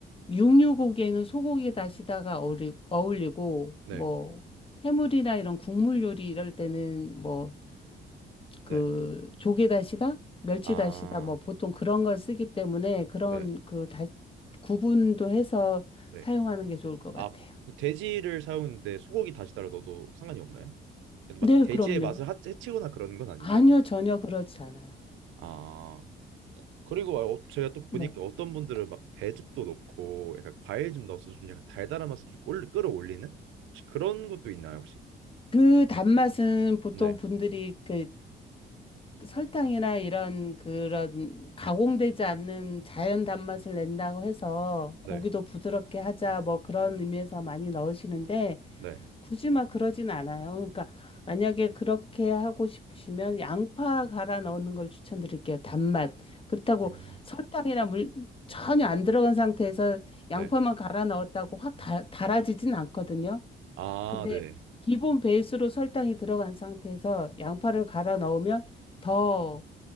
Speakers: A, on the left; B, on the right.
A: 육류고기에는 소고기 다시다가 어울리, 어울리고
B: 네,
A: 뭐 해물이나 이런 국물 요리 이럴 때는 뭐 그
B: 네.
A: 조개 다시다, 멸치
B: 아,
A: 다시다 뭐 보통 그런 걸 쓰기 때문에 그런
B: 네,
A: 그 다, 구분도 해서
B: 네.
A: 사용하는 게 좋을 것 같아요.
B: 아, 돼지를 사용했는데 소고기 다시 따로 넣어도 상관이 없나요? 그래도 막
A: 네,
B: 돼지의
A: 그럼요.
B: 맛을 하- 해치거나 그런 건 아니죠.
A: 아니요, 전혀 그렇지 않아요.
B: 아 그리고 어, 제가 또 보니까
A: 네.
B: 어떤 분들은 막 배즙도 넣고 약간 과일 좀 넣어서 좀 약간 달달한 맛을 좀 꼴- 끌어올리는 혹시 그런 것도 있나요 혹시?
A: 그 단맛은 보통
B: 네,
A: 분들이 그 설탕이나 이런 그런 가공되지 않는 자연 단맛을 낸다고 해서
B: 네,
A: 고기도 부드럽게 하자 뭐 그런 의미에서 많이 넣으시는데
B: 네,
A: 굳이 막 그러진 않아요. 그러니까 만약에 그렇게 하고 싶으시면 양파 갈아 넣는 걸 추천드릴게요. 단맛. 그렇다고
B: 음,
A: 설탕이나 물 전혀 안 들어간 상태에서
B: 네.
A: 양파만 갈아 넣었다고 확 달, 달아지진 않거든요.
B: 아,
A: 근데
B: 네.
A: 기본 베이스로 설탕이 들어간 상태에서 양파를 갈아 넣으면 더